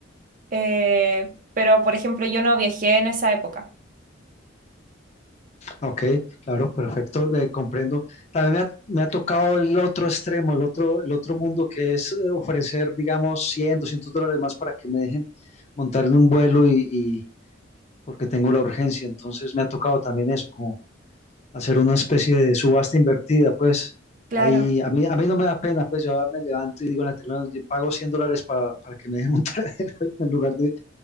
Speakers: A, on the right; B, on the left.
A: Eh, pero, por ejemplo, yo no viajé en esa época.
B: Ok, claro, perfecto, de- comprendo. También me ha, me ha tocado el otro extremo, el otro, el otro mundo que es eh, ofrecer, digamos, 100, 200 dólares más para que me dejen montar en un vuelo y, y- porque tengo la urgencia. Entonces me ha tocado también eso, como hacer una especie de subasta invertida, pues.
A: Claro,
B: Ahí, a mí, a mí no me da pena, pues yo me levanto y digo en la terminal, yo pago 100 dólares para, para que me dejen montar <laughs> en el avión en lugar de...